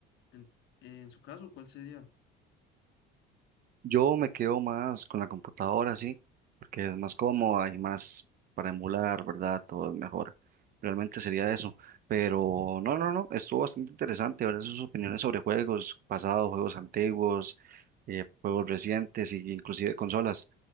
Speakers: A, on the left; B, on the right.
A: En, en su caso, ¿cuál sería?
B: Yo me quedo más con la computadora, sí, porque es más cómoda y más para emular, ¿verdad? Todo es mejor. Realmente sería eso. Pero no, no, no, estuvo bastante interesante ver sus opiniones sobre juegos pasados, juegos antiguos, eh, juegos recientes e inclusive consolas.